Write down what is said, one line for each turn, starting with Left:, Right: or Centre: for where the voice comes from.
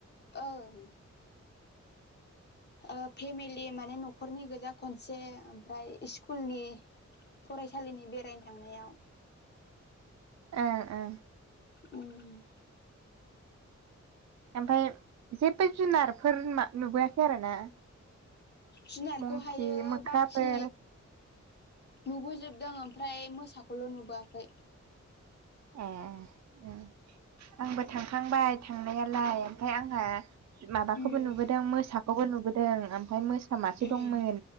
Left: ओं ओ फेमिलि माने नखरनि गोजा खनसे ओमफ्राय स्कुलनि फरायसालिनि बेरायनो थांनायाव
Right: ओ ओ
Left: उम
Right: ओमफाय जेबो जुनारफोर मा नुबोयाखै आरो ना
Left: जुनारखौहायो
Right: मंकि मोख्राफोर
Left: बाखि नुबोजोबदों ओमफ्राय मोसाखौल नुबोआखै
Right: ए आंबो थांखांबाय थांनायालाय ओमफाय आंहा माबाखौबो
Left: उम
Right: नुबोदों मोसाखौबो नुबोदों ओमफाय मो सा मासे
Left: उम
Right: दंमोन